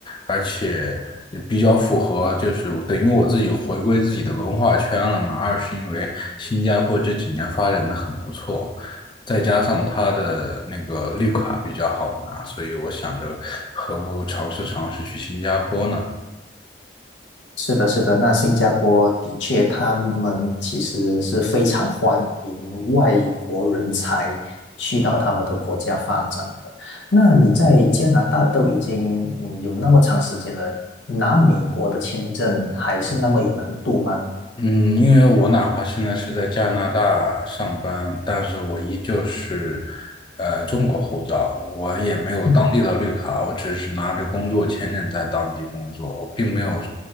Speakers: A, on the left; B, on the left.
A: 而且也比较符合，就是等于我自己回归自己的文化圈了嘛。二是因为新加坡这几年发展的很不错。再加上他的那个绿卡比较好拿，所以我想着何不尝试尝试去新加坡呢？
B: 是的，是的，那新加坡的确，他们其实是非常欢迎外国人才去到他们的国家发展的。那你在加拿大都已经嗯有那么长时间了，拿美国的签证还是那么有难度吗？
A: 嗯，因为我哪怕现在是在加拿大上班，但是我依旧是呃中国护照，我也没有当地的绿卡，
B: 嗯，
A: 我只是拿着工作签证在当地工作，我并没有，